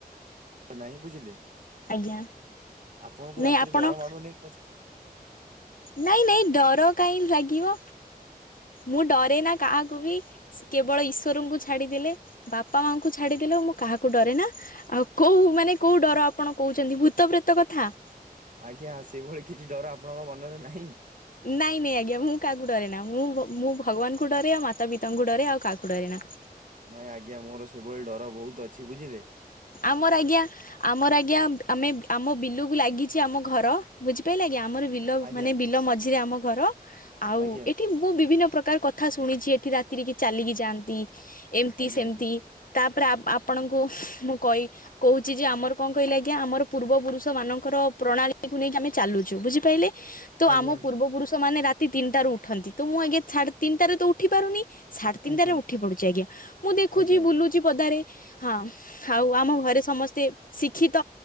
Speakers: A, on the right; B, on the left.
A: ନାଇଁ ବୁଝିଲେ।
B: ଆଜ୍ଞା।
A: ଆପଣଙ୍କୁ
B: ନାଇଁ
A: ରାତିରେ
B: ଆପଣ
A: ଡର ମାଡୁନି ବୋଧେ?
B: ନାଇଁ ନାଇଁ ଡର କାଇଁ ଲାଗିବ, ମୁଁ ଡରେନା କାହାକୁ ବି କେବଳ ଈଶ୍ୱରଙ୍କୁ ଛାଡିଦେଲେ, ବାପା ମାଆଙ୍କୁ ଛାଡିଦେଲେ, ମୁଁ କାହାକୁ ଡରେ ନା। ଆଉ କୋଉ ମାନେ କୋଉ ଡର ଆପଣ କହୁଚନ୍ତି ଭୂତ ପ୍ରେତ କଥା?
A: ଆଜ୍ଞା ସେଇଭଳି କିଛି ଡର ଆପଣଙ୍କ ମନରେ ନାହିଁ?
B: ନାଇଁ ନାଇଁ ଆଜ୍ଞା ମୁଁ କାହାକୁ ଡରେ ନା, ମୁଁ ମୁଁ ଭଗବାନଙ୍କୁ ଡରେ, ଆଉ ମାତା ପିତାଙ୍କୁ ଡରେ, ଆଉ କାହାକୁ ଡରେନା।
A: ନାଇଁ ଆଜ୍ଞା ମୋର ସେଭଳି ଡର ବହୁତ ଅଛି ବୁଝିଲେ।
B: ଆମର ଆଜ୍ଞା ଆମର ଆଜ୍ଞା ଆମେ ଆମ ବିଲୁକୁ ଲାଗିଚି ଆମ ଘର, ବୁଝିପାଇଲେ ଆଜ୍ଞା ଆମର ବିଲ ବିଲ
A: ଆଜ୍ଞା
B: ମାନେ ବିଲ ମଝିରେ ଆମ ଘର। ଆଉ
A: ଆଜ୍ଞା
B: ଏଠି ମୁଁ ବିଭିନ୍ନ ପ୍ରକାର କଥା ଶୁଣିଚି, ଏଠି ରାତିରେ କିଏ ଚାଲିକି ଯାଆନ୍ତି। ଏମିତି
A: ଆଜ୍ଞା
B: ସେମିତି, ତାପରେ ଆପ ଆପଣଙ୍କୁ ମୁଁ କହି କହୁଛି ଯେ ଆମର କଣ କହିଲେ ଆଜ୍ଞା ଆମର ପୂର୍ବ ପୁରୁଷ ମାନଙ୍କର ପ୍ରଣାଳୀକୁୁ ନେଇକି ଆମେ ଚାଲୁଛୁ ବୁଝିପାରିଲେ।
A: ଆଜ୍ଞା
B: ତ ଆମ ପୂର୍ବ ପୁରୁଷ ମାନେ ରାତି ତିନିଟାରୁ ଉଠନ୍ତି ତ ମୁଁ ଆଜ୍ଞା ସାଢେ ତିନିଟାରେ ତ ଉଠି ପାରୁନି। ସାଢେ ତିନିଟାରେ
A: ଆଜ୍ଞା ଆଜ୍ଞା
B: ଉଠି ପଡୁଛି ଆଜ୍ଞା ମୁଁ ଦେଖୁଛି
A: ଆଜ୍ଞା ଆଜ୍ଞା
B: ବୁଲୁଛି ପଦାରେ ହଁ ଆଉ ଆମ ଘରେ ସମସ୍ତେ ଶିକ୍ଷିତ।